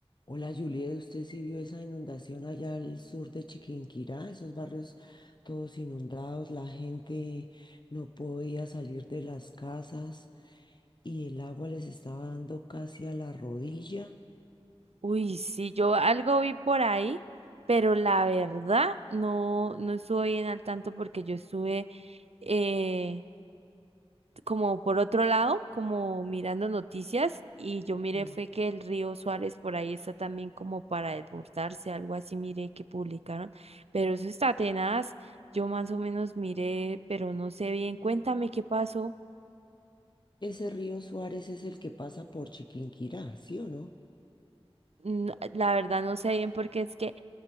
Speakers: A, on the left; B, on the right.
A: Hola Juliet, ¿usted sí vio esa inundación allá al sur de Chiquinquirá? Esos barrios todos inundados, la gente no podía salir de las casas y el agua les estaba dando casi a la rodilla.
B: Uy, sí, yo algo vi por ahí, pero la verdad no, no estuve bien al tanto porque yo estuve eh, como por otro lado, como mirando noticias y yo miré
A: Mm.
B: fue que el río Suárez por ahí está también como para desbordarse, algo así miré que publicaron, pero eso está tenaz, yo más o menos miré, pero no sé bien, cuéntame qué pasó.
A: Ese río Suárez es el que pasa por Chiquinquirá, ¿sí o no?
B: Mm, La verdad no sé bien porque es que